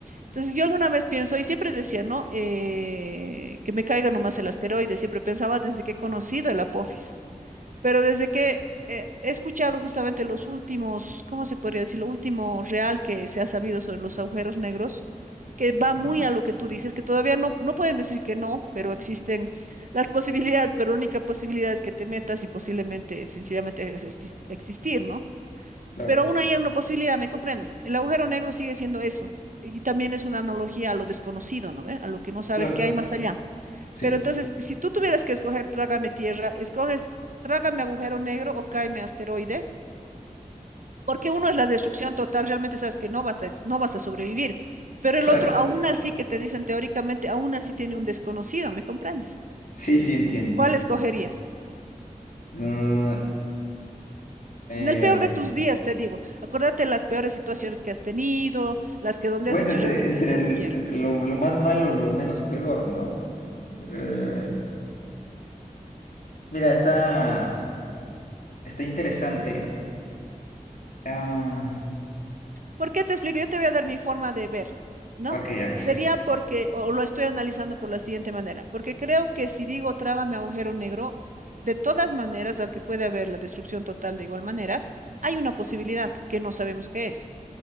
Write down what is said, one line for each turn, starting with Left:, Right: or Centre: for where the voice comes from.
Right: Entonces yo alguna vez pienso, y siempre decía, ¿no? Eh, que me caiga nomás el asteroide, siempre pensaba desde que he conocido el Apophis. Pero desde que eh, he escuchado justamente los últimos, ¿cómo se podría decir? Lo último real que se ha sabido sobre los agujeros negros, que va
Left: Ujú.
Right: muy a lo que tú dices, que todavía no, no pueden decir que no, pero existen las <laughs> posibilidades, pero la única posibilidad es que te metas y posiblemente, sencillamente, es exis- existir, ¿no?
Left: Claro,
Right: Pero aún hay una posibilidad, ¿me comprendes? El agujero negro sigue siendo eso. Y también es una analogía a lo desconocido, ¿no? ve? A lo que no sabes
Left: claro.
Right: que hay más allá.
Left: Sí,
Right: Pero entonces, si tú tuvieras que escoger Trágame Tierra, escoges Trágame Agujero Negro o Cáeme Asteroide, porque uno es la destrucción total, realmente sabes que no vas a, no vas a sobrevivir, pero
Left: claro.
Right: el otro, aún así que te dicen teóricamente, aún así tiene un desconocido, ¿me comprendes?
Left: Sí, sí entiendo.
Right: ¿Cuál escogerías?
Left: Mm, eh,
Right: En el peor
Left: ok.
Right: de tus días, te digo, acuérdate las peores situaciones que has tenido, las que donde
Left: Bueno,
Right: has dicho
Left: entre,
Right: realmente
Left: entre,
Right: ya
Left: el-
Right: no quiero.
Left: entre lo, lo más malo, lo menos peor, ¿no? Eh, mira, está, está interesante. Ah,
Right: ¿Por qué te explico? Yo te voy a dar mi forma de ver, ¿no?
Left: ok, a ver.
Right: Sería porque, o lo estoy analizando por la siguiente manera, porque creo que si digo trágame agujero negro, de todas maneras, aunque puede haber la destrucción total de igual manera, hay una posibilidad que no sabemos qué es.